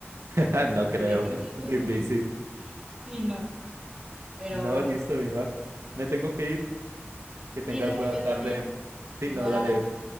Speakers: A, on the right; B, on the right.
A: y
B: <laughs>
A: te haces
B: No
A: así
B: creo.
A: de que,
B: Difícil.
A: <laughs> sí, no, pero
B: No,
A: bueno,
B: listo, Iba. Me tengo que ir. Que
A: sí,
B: tengas
A: dale,
B: buena
A: yo
B: tarde.
A: también,
B: Sí,
A: igual.
B: no, dale.